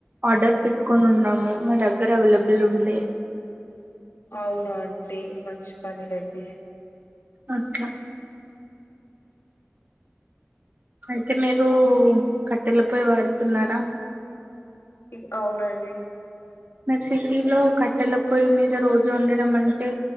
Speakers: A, on the right; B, on the left.
A: ఆర్డర్ పెట్కొని ఉన్నాము మా దగ్గర అవెలబుల్ ఉండే
B: అవునా అండి. మంచి పని లేండి.
A: ఓకే అయితే మీరు కట్టెల పొయ్ వాడుతున్నారా
B: ఇన్ అవునండి.
A: మర్ సిటీలో కట్టెల పొయ్యి మీద రోజు ఉండ నం అంటే